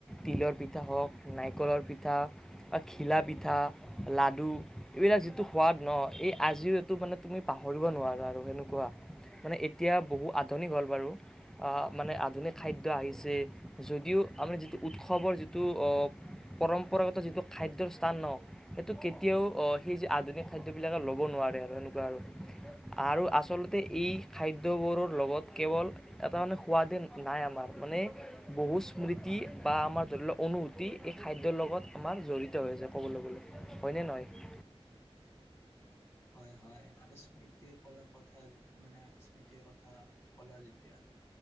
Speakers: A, in the centre; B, on the left (about 25°).
A: তিলৰ পিঠা হওঁক, নাৰিকলৰ পিঠা বা ঘিলা পিঠা লাডু এইবিলাক যিটো সোৱাদ ন, এই আজিও এইটো মানে তুমি পাহৰিব নোৱাৰা আৰু সেনেকুৱা। মানে এতিয়া বহু আধুনিক হ'ল বাৰু, আ মানে আধুনিক খাদ্য আহিছে যদিও আমি যিটো উৎসৱৰ যিটো অ পৰম্পৰাগত যিটো খাদ্যৰ স্থান ন সেইটো কেতিয়াও অ সেই আধুনিক খাদ্যবিলাকে ল'ব নোৱাৰে আৰু সেনেকুৱা আৰু। আৰু আচলতে এই খাদ্যবোৰৰ লগত কেৱল এটা মানে সোৱাদে নাই আমাৰ মানে বহু স্মৃতি বা আমাৰ ধৰি লওঁ অনুভূ তি এই খাদ্যৰ লগত আমাৰ জড়িত হৈ আছে ক'বলৈ গ'লে, হয়নে নহয়?
B: হয় হয় আৰু স্মৃতি কলে কথা মানে স্মৃতিৰ কথা কলা যেতিয়া